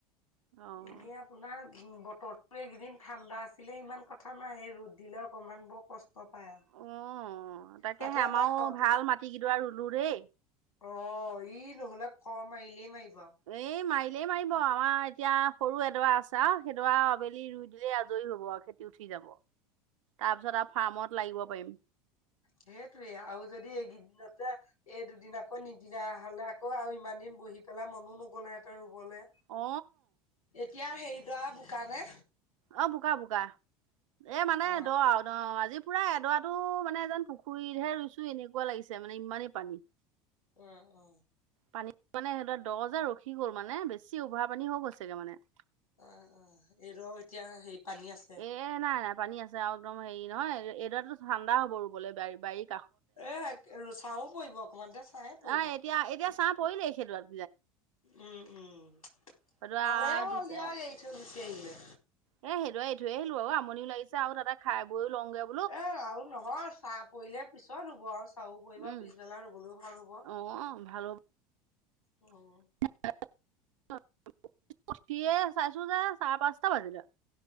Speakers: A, on the right; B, on the left.
A: অ',
B: এনে আপোনাৰ বতৰটো এইকেইদিন ঠাণ্ডা আছিলে ইমান কথা নাই, এই ৰ'দ দিলে অকণমান বৰ কষ্ট পায় আৰু।
A: অ। তাকে
B: তাতে
A: সে
B: আমাৰ
A: আমাৰও
B: ঘৰটো
A: ভাল মাটি কেইডৰা ৰুলো দেই।
B: অ ই নহলে খৰ মাৰিলেই মাৰিব আৰু।
A: এই মাৰিলেই মাৰিব। আমাৰ এতিয়া সৰু এডৰা আছে আৰু সেইডৰা আবেলি ৰুই দিলেই আজৰি হ'ব আৰু খেতি উঠি যাব। তাৰ পিছত আৰু ফাৰ্মত লাগিব পাৰিম।
B: সেইটোৱে আৰু যদি এইকেইদিনতে এই দুদিন আকৌ নিদিলা হ'লে আকৌ আৰু ইমান দিন বহি পেলাই মনো নগলহেহঁতে ৰুবলৈ।
A: অ।
B: এতিয়া সেইডৰা বোকানে?
A: অ বোকা বোকা এ মানে
B: অ',
A: দ আউ অ আজি পুৰা এডৰাটো মানে এজন পুখুৰীতহে ৰুইছো এনেকুৱা লাগিছে মানে ইমানেই পানী।
B: উম উম।
A: পানী মানে সেইডৰা দহ যে ৰখি গ'ল মানে বেছি উভাৰ পানী হৈ গৈছেগে মানে।
B: অ অ এই ৰ এতিয়া হেই পানী আছে।
A: এ নাই নাই পানী আছে আৰু একদম হেৰি নহয় এইডৰাতো ঠাণ্ডা হ'ব ৰুবলৈ বা-বাৰীক
B: এ চাও পৰিব অকমানতে চাহে পৰিব।
A: অ' এতিয়া এতিয়া চাহ পৰিলেই সেই ডৰাত
B: উম উম
A: সেইডৰা
B: ভালে হ'ল
A: দুটা
B: দিয়া এৰি থৈ গুচি আহিলে।
A: এ সেইডৰাই এই থৈ আহিলো আৰু আমনিও লাগিছে আৰু তাতে খাই বৈও লংগে
B: এ আৰু নহয় চাহ পৰিলে পিছত ৰুব আৰু চাহও পৰিব
A: উম
B: পিছবেলা ৰুবলৈও ভাল হ'ব।
A: অ ভাল হ'ব
B: উম।
A: <unintelligible> সিয়ে চাইছোঁ যে চাৰে পাঁচটা বাজিলে।